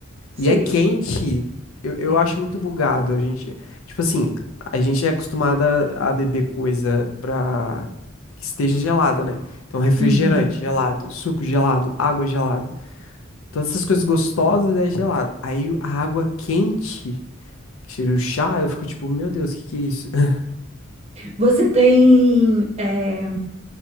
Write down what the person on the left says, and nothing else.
E é quente. Eu, eu
acho muito bugado. A gente, tipo assim, a gente é acostumada a beber coisa pra que esteja gelada, né? Então, refrigerante
gelado, suco gelado, água gelada. Todas essas coisas gostosas é gelado. Aí a água quente, que cheira o chá, eu fico tipo, meu Deus, o que que é isso? <laughs>